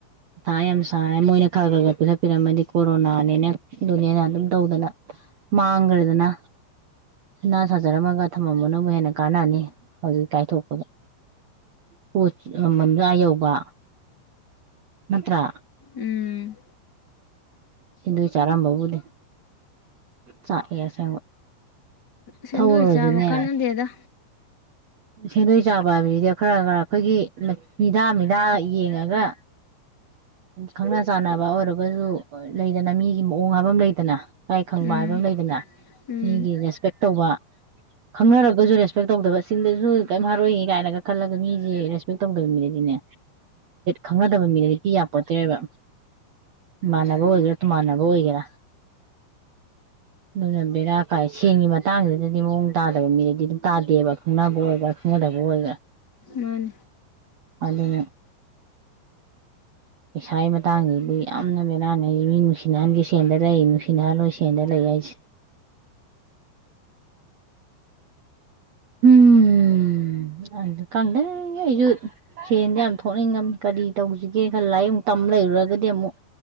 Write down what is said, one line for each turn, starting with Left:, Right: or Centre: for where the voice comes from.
Right: ꯊꯥ ꯌꯥꯝ ꯁꯥꯏꯦ ꯃꯣꯏꯅ ꯈꯔ ꯈꯔ ꯈꯔ ꯄꯤꯊꯠꯄꯤꯔꯝꯃꯗꯤ ꯀꯣꯔꯣꯅꯥꯅꯦꯅ ꯑꯗꯨꯅꯦꯅ ꯑꯗꯨꯝ ꯇꯧꯗꯅ ꯃꯥꯡꯈ꯭ꯔꯦꯗꯅ ꯁꯅꯥ ꯁꯥꯖꯔꯝꯃꯒ ꯊꯝꯃꯝꯕꯅꯕꯨ ꯍꯦꯟꯅ ꯀꯥꯟꯅꯅꯤ ꯍꯧꯖꯤꯛ ꯀꯥꯏꯊꯣꯛꯄꯗ ꯄꯣꯠ ꯃꯃꯟꯁꯨ ꯑ ꯌꯧꯕ ꯅꯠꯇ꯭ꯔ
Left: ꯎꯝ
Right: ꯁꯤꯡꯗꯣꯏ ꯆꯥꯔꯝꯕꯥꯎꯕꯨꯗꯤ ꯆꯥꯛꯏ ꯑꯁꯦꯡꯕ
Left: ꯁꯦꯟꯗꯣꯛ
Right: ꯊꯧꯔꯨꯔꯁꯨꯅꯦ
Left: ꯆꯥꯕ ꯀꯥꯟꯅꯗꯦꯗ
Right: ꯁꯦꯟꯗꯣꯏ ꯆꯥꯕ ꯍꯥꯏꯕꯁꯤꯗꯤ ꯈꯔ ꯈꯔ ꯑꯩꯈꯣꯏꯒꯤ ꯃꯤꯅꯤꯗꯥ ꯃꯤꯗꯥ ꯌꯦꯡꯉꯒ ꯈꯪꯅ ꯆꯥꯟꯅꯕ ꯑꯣꯏꯔꯒꯁꯨ ꯂꯩꯗꯅ ꯃꯤꯒꯤ ꯃꯑꯣꯡ ꯍꯥꯏꯕ ꯑꯃ ꯂꯩꯗꯅ ꯏꯀꯥꯏ ꯈꯪꯕ
Left: ꯎꯝ
Right: ꯍꯥꯏꯕ ꯑꯃ ꯂꯩꯗꯅ
Left: ꯎꯝ
Right: ꯃꯤꯒꯤ ꯔꯦꯁꯄꯦꯛ ꯇꯧꯕ ꯈꯪꯅꯔꯒꯁꯨ ꯔꯦꯁꯄꯦꯛ ꯇꯧꯗꯕ ꯁꯤꯟꯗꯁꯨ ꯀꯩꯝ ꯍꯥꯏꯔꯣꯏꯒ ꯀꯥꯏꯅꯒ ꯈꯜꯂꯒ ꯃꯤꯁꯦ ꯔꯦꯁꯄꯦꯛ ꯇꯧꯗꯕ ꯃꯤꯅꯗꯤꯅꯦ ꯈꯪꯅꯗꯕ ꯃꯤꯅꯗꯤ ꯍꯥꯏꯄꯤ ꯌꯥꯄꯣꯠꯇ꯭ꯔꯦꯕ ꯏꯃꯥꯟꯅꯕ ꯑꯣꯏꯒꯦꯔꯥ ꯇꯨꯃꯥꯟꯅꯕ ꯑꯣꯏꯒꯦꯔꯥ ꯑꯗꯨꯅ ꯕꯦꯔꯥ ꯀꯥꯏ ꯁꯦꯟꯒꯤ ꯃꯇꯥꯡꯁꯤꯗꯗꯤ ꯃꯑꯣꯡ ꯇꯥꯗꯕ ꯃꯤꯗꯗꯤ ꯑꯗꯨꯝ ꯇꯥꯗꯦꯕ ꯈꯨꯡꯅꯕ ꯑꯣꯏꯒꯦꯔꯥ ꯈꯨꯡꯅꯗꯕ ꯑꯣꯏꯒꯦꯔꯥ
Left: ꯃꯥꯥꯟ
Right: ꯑꯂꯦ ꯄꯩꯁꯥꯒꯤ ꯃꯇꯥꯡꯁꯤꯗꯤ ꯌꯥꯝꯅ ꯃꯦꯅꯥꯟꯅꯩ ꯃꯤ ꯅꯨꯡꯁꯤꯅꯍꯟꯒꯦ ꯁꯦꯜꯗ ꯂꯩ ꯅꯨꯡꯁꯤꯅꯍꯜꯂꯣꯏ ꯁꯦꯟꯗ ꯂꯩ ꯍꯥꯏꯁꯦ ꯎꯝ ꯑꯗꯨ ꯈꯪꯗꯦ ꯑꯩꯁꯨ ꯁꯦꯟꯗ ꯌꯥꯝ ꯊꯣꯛꯅꯤꯡꯉꯝꯅꯤ ꯀꯔꯤ ꯇꯧꯁꯤꯒꯦ ꯈꯜꯂꯌꯨꯛ ꯇꯝ ꯂꯩꯔꯨꯔꯒ ꯗꯤ ꯑꯃꯨꯛ